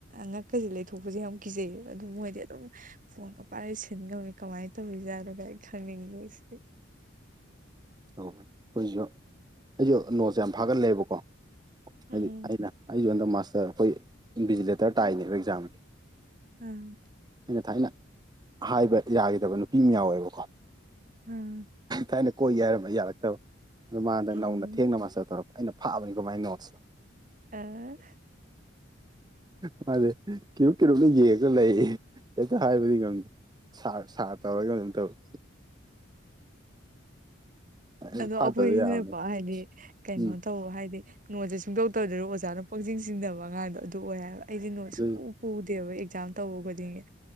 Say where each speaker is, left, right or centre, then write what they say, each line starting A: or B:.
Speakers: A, on the right (about 40°); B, on the right (about 20°).
A: ꯉꯛꯀꯖꯦ ꯂꯩꯊꯣꯛꯄꯖꯦ ꯌꯥꯝ ꯀꯤꯖꯩꯌꯦꯕ ꯑꯗꯨ ꯃꯣꯏꯗꯤ ꯑꯗꯨꯝ ꯐꯣꯟꯒ ꯄꯥꯏꯔꯒ ꯁꯤꯟ ꯁꯤꯗ ꯃꯤ ꯀꯃꯥꯏ ꯇ ꯄꯨꯖꯥꯔ ꯀꯩ ꯈ ꯏꯂꯤꯁꯤ
B: ꯑꯣ ꯑꯩꯈꯣꯏꯁꯨ ꯑꯩꯁꯨ ꯅꯣꯠꯁꯦ ꯌꯥꯝ ꯐꯥꯒꯂꯕꯀꯣ
A: ꯎꯝ
B: ꯍꯥꯏꯗꯤ ꯑꯩꯅ ꯑꯩ ꯌꯣꯟꯗ ꯃꯥꯁꯇꯔ ꯑꯩꯈꯣꯏ ꯏꯟꯚꯤꯖꯤꯂꯦꯇꯔ ꯇꯥꯏꯅꯦꯕ ꯑꯦꯛꯖꯥꯝꯁ
A: ꯎꯝ
B: ꯑꯩꯅ ꯊꯥꯏꯅ ꯍꯥꯏꯕ ꯌꯥꯈꯤꯗꯕ ꯅꯨꯄꯤ ꯑꯃ ꯌꯥꯎꯋꯦꯕꯀꯣ
A: ꯎꯝ
B: ꯊꯥꯏꯅ ꯀꯣꯏꯒꯦ ꯍꯥꯏꯔꯝꯕ ꯌꯥꯔꯛꯇꯕ ꯑꯗꯨ ꯃꯥꯗ
A: ꯎꯝ
B: ꯅꯧꯅ ꯊꯦꯡꯅ ꯃꯥꯁꯇꯔ ꯇꯧꯔꯛꯄ ꯑꯩꯅ ꯐꯥꯛꯑꯕꯅꯤꯀꯣ ꯃꯥꯏ ꯅꯣꯠꯁꯇꯣ
A: ꯑꯥ
B: ꯃꯥꯗꯤ ꯀꯣ ꯀꯩꯅꯣꯝꯅ ꯌꯦꯡꯉꯒ ꯂꯩ ꯍꯦꯛꯇ ꯍꯥꯏꯕꯗꯤ ꯉꯝꯗꯦ ꯁꯥ ꯁꯥꯔ ꯇꯧꯔꯒ ꯀꯃꯥꯏꯅ ꯇꯧꯋ ꯇꯧꯋꯤ
A: ꯑꯗꯣ ꯑꯩꯈꯣꯏꯁꯤꯅꯀꯣ
B: ꯐꯥꯠꯇꯕꯗꯤ ꯌꯥꯕꯅꯤ
A: ꯍꯥꯏꯗꯤ ꯀꯩꯅꯣ
B: ꯎꯝ
A: ꯇꯧ ꯍꯥꯏꯗꯤ ꯅꯣꯠꯖꯦ ꯁꯨꯛꯇꯧ ꯇꯧꯗꯕꯤ ꯑꯣꯖꯥꯅ ꯄꯪꯖꯤꯡ ꯆꯤꯡꯅꯕ ꯑꯉꯥꯡꯗꯣ ꯑꯗꯨ ꯑꯣꯏ ꯍꯥꯏꯕ ꯑꯩ ꯅꯣꯠꯁ
B: ꯑꯗꯨ
A: ꯁꯨꯛꯄꯨ ꯄꯨꯗꯦꯕ ꯑꯦꯛꯖꯥꯝ ꯇꯧꯕ ꯈꯨꯗꯤꯡꯒꯤ